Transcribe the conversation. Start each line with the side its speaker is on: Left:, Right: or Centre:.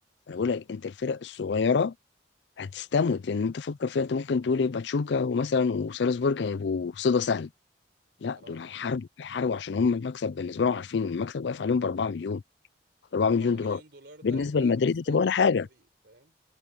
Left: أنا بقول لك أنت الفرق الصغيرة هتستموت لأن أنت فكر فيها أنت ممكن تقول إيه باتشوكا ومثلا وسالزبورج هيبقوا صيدة سهلة لا
Right: اه
Left: دول هيحاربوا هيحاربوا عشان هم المكسب بالنسبه لهم عارفين إن المكسب واقف عليهم ب 4 مليون 4
Right: 4
Left: مليون دولار
Right: مليون دولار ده
Left: بالنسبه
Right: يغير
Left: لمدريد
Right: مستقبل
Left: هتبقى ولا حاجه
Right: الفريق فاهم